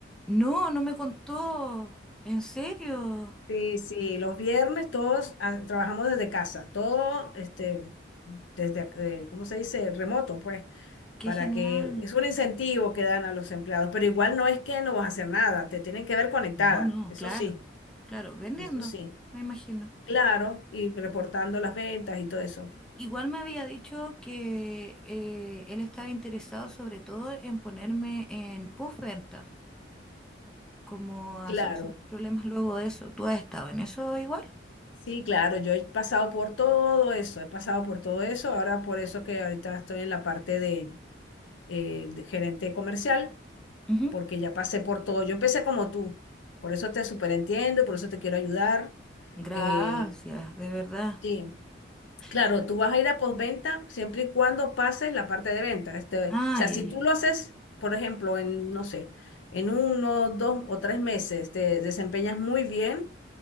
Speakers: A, in the centre; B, on the left (about 80°).
A: No, no me contó. ¿En serio?
B: Sí, sí, los viernes todos ah, trabajamos desde casa, todo este, desde, ac- eh, ¿cómo se dice? Remoto, pues,
A: Qué
B: para
A: genial.
B: que es un incentivo que dan a los empleados, pero igual no es que no vas a hacer nada, te tienen que ver conectada,
A: No, no,
B: eso
A: claro,
B: sí,
A: claro, vendiendo,
B: eso sí,
A: me imagino.
B: claro, y reportando las ventas y todo eso,
A: Igual me había dicho que eh, él estaba interesado sobre todo en ponerme en postventa, como a
B: claro,
A: solucionar problemas luego de eso. ¿Tú has estado en eso igual?
B: Sí, claro, yo he pasado por todo eso, he pasado por todo eso, ahora por eso que ahorita estoy en la parte de, eh, de gerente comercial,
A: Ujú.
B: porque ya pasé por todo, yo empecé como tú, por eso te superentiendo y por eso te quiero ayudar.
A: Gracias,
B: eh,
A: de verdad.
B: sí, claro,
A: Y-
B: tú vas a ir a postventa siempre y cuando pases la parte de venta. Este,
A: Ah,
B: o sea,
A: ya,
B: si
A: ya.
B: tú lo haces, por ejemplo, en, no sé, en uno, dos o tres meses, te desempeñas muy bien